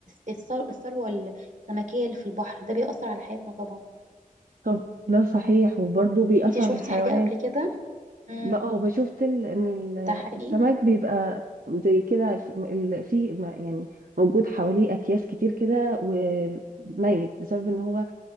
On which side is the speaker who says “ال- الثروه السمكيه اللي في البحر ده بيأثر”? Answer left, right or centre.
Right